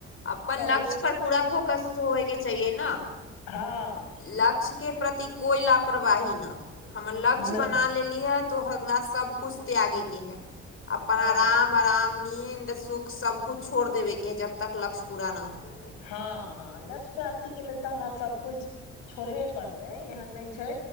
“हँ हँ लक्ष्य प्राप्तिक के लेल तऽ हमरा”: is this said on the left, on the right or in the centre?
Left